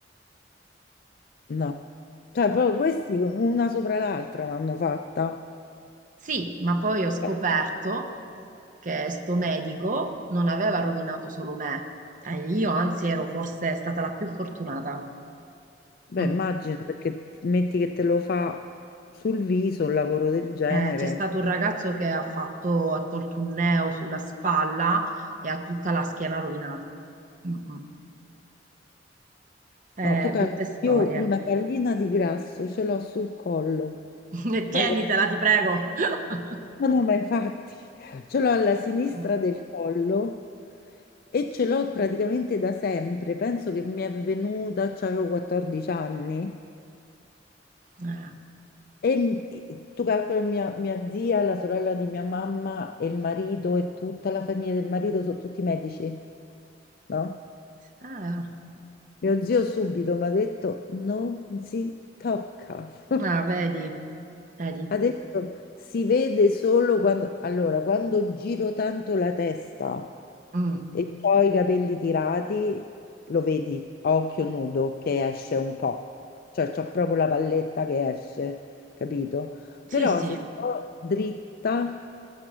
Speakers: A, on the left; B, on the right.
A: no. Cioè, proprio questi una sopra l'altra l'hanno fatta.
B: Sì, ma poi ho scoperto
A: Eh,
B: che sto medico non aveva rovinato solo me, Eh, io anzi ero forse stata la più fortunata.
A: Beh,
B: Mm.
A: immagino perché t- metti che te lo fa sul viso un lavoro del genere.
B: Eh, c'è stato un ragazzo che ha fatto, ha tolto un neo sulla spalla e ha tutta la schiena rovinata. Mm, mm. Eh,
A: No, tu
B: brutte
A: calcoli,
B: storie.
A: io una pallina di grasso ce l'ho sul collo.
B: <laughs> E Tienitela,
A: Allora,
B: ti prego. <laughs>
A: no, no, ma infatti ce l'ho alla sinistra
B: Mm.
A: del collo e ce l'ho praticamente da sempre. Penso che mi è venuta, avevo 14 anni.
B: Eh,
A: E m- tu calcoli mia, mia zia, la sorella di mia mamma e il marito e tutta la famiglia del marito sono tutti medici, no?
B: ah,
A: Mio zio subito mi ha detto non si tocca. <laughs>
B: ah, vedi, vedi.
A: Adesso si vede solo quando, allora, quando giro tanto la testa
B: Mm.
A: e ho i capelli tirati, lo vedi a occhio nudo che esce un po', cioè c'ho proprio la palletta che esce, capito?
B: Sì,
A: Però
B: sì,
A: se sto dritta